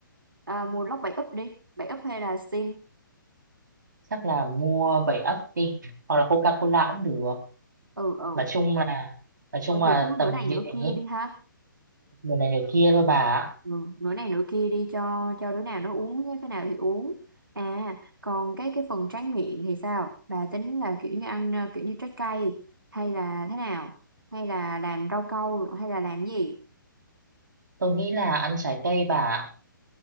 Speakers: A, on the right; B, on the right.
A: à, mua lốc bảy úp đi bảy úp hay là Sting
B: chắc là mua bảy ấp đi hoặc là Coca-Cola cũng được
A: ừ ừ
B: nói chung là nói chung
A: thôi
B: là
A: thì cứ
B: tầm
A: nửa này
B: như
A: nửa
B: thế
A: kia đi ha
B: điều này điều kia thôi bà ạ.
A: ừ, nửa này nửa kia đi cho cho đứa nào nó uống cái nào thì uống à còn cái cái phần tráng miệng thì sao bà tính là kiểu như ăn à, kiểu như trái cây hay là thế nào hay là làm rau câu hay là làm gì
B: tôi nghĩ là ăn trái cây bà ạ.